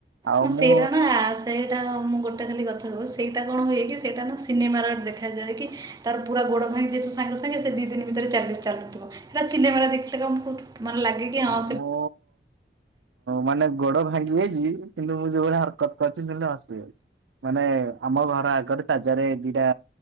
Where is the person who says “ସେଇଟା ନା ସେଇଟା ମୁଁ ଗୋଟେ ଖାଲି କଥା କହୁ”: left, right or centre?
Right